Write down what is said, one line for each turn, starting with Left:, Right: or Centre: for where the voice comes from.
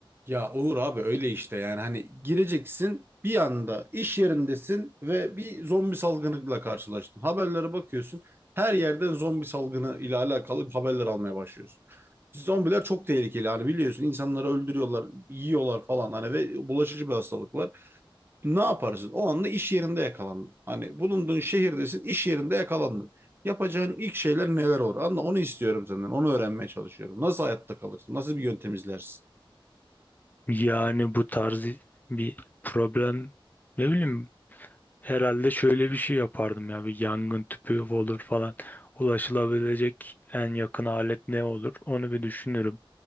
Right: Ya olur abi öyle işte yani hani gireceksin bir anda iş yerindesin ve bir zombi salgınıyla karşılaştın. Haberlere bakıyorsun her yerden zombi salgını ile alakalı haberler almaya başlıyorsun. Zombiler çok tehlikeli hani biliyorsun insanları öldürüyorlar, yiyorlar falan hani ve bulaşıcı bir hastalık var. Ne yaparsın? O anda iş yerinde yakalandın. Hani bulunduğun şehirdesin iş yerinde yakalandın. Yapacağın ilk şeyler neler olur? Anla onu istiyorum senden onu öğrenmeye çalışıyorum. Nasıl hayatta kalırsın? Nasıl bir yöntem izlersin?
Left: Yani bu tarz bir problem ne bileyim herhalde şöyle bir şey yapardım ya bir yangın tüpü olur falan ulaşılabilecek en yakın alet ne olur onu bir düşünürüm.